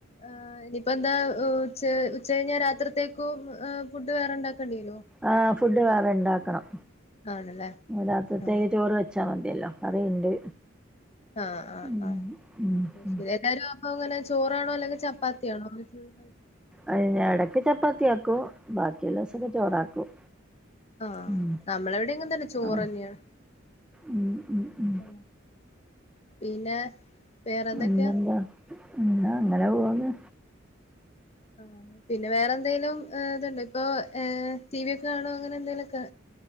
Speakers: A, on the left (about 35°); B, in the centre.
A: ആ ഇനിയിപ്പോ എന്താ ഉ ഉച്ചകഴിഞ്ഞാ രാത്രിത്തേക്കും ഫുഡ് വേറെണ്ടാക്ക ണ്ടിരുോ
B: ആഹ് ഫുഡ് വേറെ ഉണ്ടാക്കണം
A: ആണല്ലേ
B: രാത്രിത്തേക്ക്
A: ആഹ്
B: ചോറ് വെച്ചാൽ മതി ഇതല്ലോ കറിയുണ്ട്
A: ആ ആ
B: ഉം
A: ആ
B: ഉം ഉം
A: ശരി എല്ലാരും അപ്പ അങ്ങനെ ചോറാണോ അല്ലെങ്കിൽ ചപ്പാത്തിയാണോ വീട്ടിൽ ക <unintelligible>
B: അ ഇടക്ക് ചപ്പാത്തിയാക്കും ബാക്കിയുള്ളസൊക്കെ ചോറാക്കും
A: ആ
B: ഉം
A: നമ്മളെവിടെയ എങ്ങും തന്നെ ചോറ്ന്നെയാണ്
B: ഉം ഉം ഉം ഉം
A: ആ പിന്നെ വേറെന്തൊക്കെയാ
B: എന്തെന്താ എന്നന്ന അങ്ങനെ പോവന്ന്
A: ആ പിന്നെ വേറെ എന്തെങ്കലും ഇതുണ്ട് ഇപ്പൊ ടി വി ഒക്കെ കാണോ അങ്ങനെ എന്തെലൊക്കെ